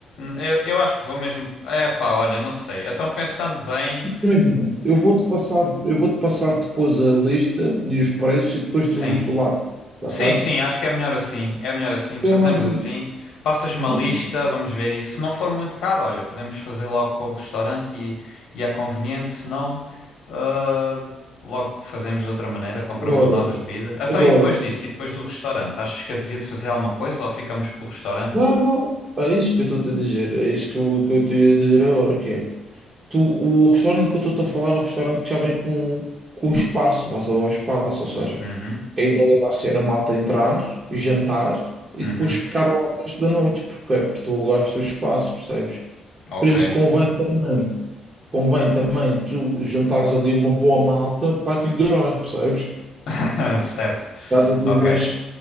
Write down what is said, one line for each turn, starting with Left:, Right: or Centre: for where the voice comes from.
Left: Eu, eu acho que vou mesmo. É, pá, olha, não sei. Então, pensando bem.
Right: Imagina, eu vou-te passar, eu vou-te passar depois a lista e os preços e depois tu,
Left: Sim.
Right: tu lá, ok?
Left: Sim, sim, acho que é melhor assim. É melhor assim. Fazemos
Right: É mais um.
Left: assim. Passas-me uma
Right: uma
Left: lista,
Right: bom de
Left: vamos ver. E se não for muito caro, olha, podemos fazer logo com o restaurante e, e é conveniente. Se não, ah, logo fazemos de outra maneira. Compramos
Right: Agora,
Left: nós as bebidas. Então,
Right: agora.
Left: e depois disso? E depois do restaurante? Achas que eu devia de fazer alguma coisa ou ficamos pelo restaurante?
Right: Não, não. É isso que eu estou-te a dizer. É isso que eu, que eu te ia dizer agora, que é. Tu, o restaurante que eu estou-te a falar é um restaurante que já vem com, com o espaço, vais alugar espaço, ou seja,
Left: Uhum,
Right: a ideia vai ser a malta entrar, jantar e
Left: uhum.
Right: depois ficar lá o resto da noite, porque, é, porque tu alugaste o espaço, percebes?
Left: Ok.
Right: Por isso convém também, convém também tu juntares ali uma boa malta para aquilo durar, percebes?
Left: <laughs> Certo.
Right: Estás ali
Left: Ok.
Right: umas